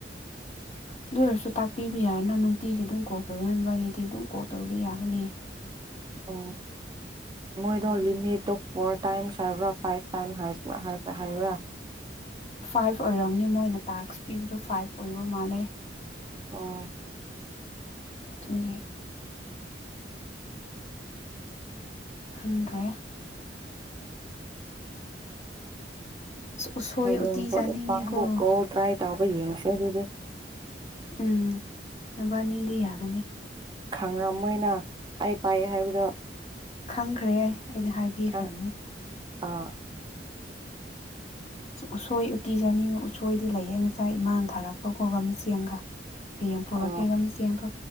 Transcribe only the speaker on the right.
ꯎꯝ ꯃꯣꯏꯗꯣ ꯂꯤꯃꯤꯠꯇꯠꯇꯣ ꯐꯣꯔ ꯇꯥꯏꯝꯁ ꯍꯥꯏꯕ꯭ꯔꯥ ꯐꯥꯏꯚ ꯇꯥꯏꯝ꯭ꯔ ꯍꯥꯏꯕ꯭ꯔꯥ
ꯑꯣ
ꯑꯗꯨꯉꯣꯛ
ꯀꯣ ꯇ꯭ꯔꯥꯏ ꯇ ꯑ ꯌꯦꯡ ꯆ ꯑꯗꯨꯗꯦ
ꯈꯥꯡꯉꯝꯃꯣꯏꯅ ꯑꯩ ꯄꯥꯛꯑ ꯍꯥꯏꯕꯗꯣ
ꯈꯪ ꯑ
ꯑ